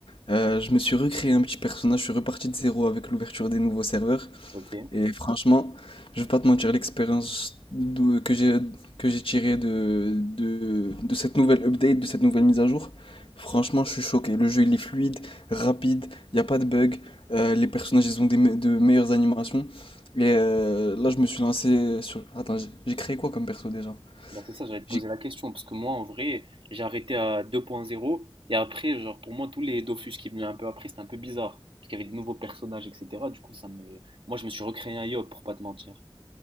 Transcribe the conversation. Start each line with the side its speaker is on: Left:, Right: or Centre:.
Left: euh, je me suis recréé un petit personnage, je suis reparti de zéro avec l'ouverture des nouveaux serveurs.
Right: Ok.
Left: Et franchement, je vais pas te mentir, l'expérience d'où- que j'ai que j'ai tirée de, de, de cette nouvelle update, de cette nouvelle mise à jour, franchement, je suis choqué. Le jeu, il est fluide, rapide, il n'y a pas de bug, euh, les personnages, ils ont des me- de meilleures animations. Et euh, là, je me suis lancé sur... Attends, j'ai j'ai créé quoi comme perso déjà?
Right: Bah, c'est ça, j'allais te poser
Left: J'ai-
Right: la question, parce que moi, en vrai, j'ai arrêté à 2.0, et après, genre, pour moi, tous les Dofus qui venaient un peu après, c'était un peu bizarre, parce qu'il y avait des nouveaux personnages, etc. Du coup, ça me... Moi, je me suis recréé un Yop, pour pas te mentir,